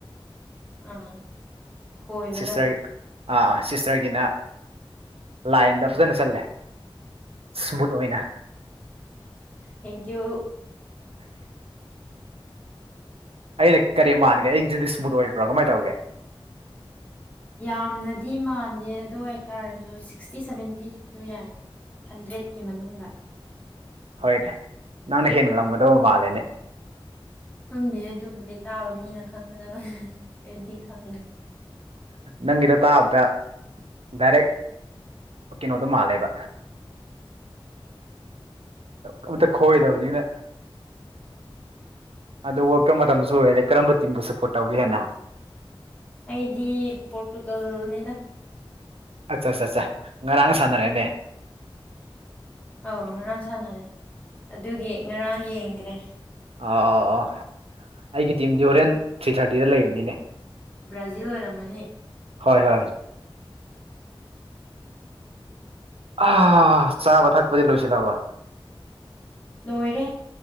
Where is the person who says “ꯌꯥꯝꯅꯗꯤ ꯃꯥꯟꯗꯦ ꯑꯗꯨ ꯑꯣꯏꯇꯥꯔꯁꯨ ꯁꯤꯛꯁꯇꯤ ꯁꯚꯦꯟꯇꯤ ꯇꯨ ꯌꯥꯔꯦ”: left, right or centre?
Left